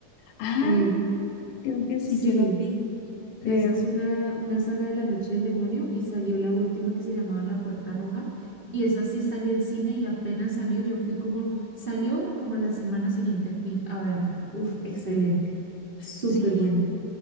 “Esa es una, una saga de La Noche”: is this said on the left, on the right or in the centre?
Right